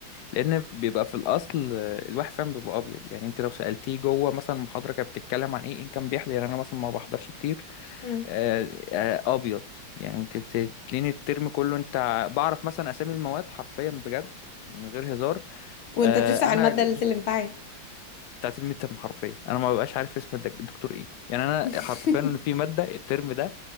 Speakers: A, on the left; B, on the left.
A: لان بيبقى في الاصل آه، الواحد فاهم بيبقى ابيض يعني انت لو سالتيه جوه مثلا المحاضره كانت بتتكلم عن ايه ان كان بيحضر يعني انا مثلا ما بحضرش كتير
B: امم
A: آه، آه، ابيض يعني انت بتتلين الترم كله انت ع- بعرف مثلا اسامي المواد حرفيا بجد من غير هزار
B: وانت
A: آه،
B: بتفتح
A: انا
B: المادة
A: ال-
B: ليلة الامتحان
A: بتاعت الميد ترم حرفيا انا ما ببقاش عارف اسم الدك- الدكتور ايه يعني انا
B: <laughs>
A: حرفيا في ماده الترم ده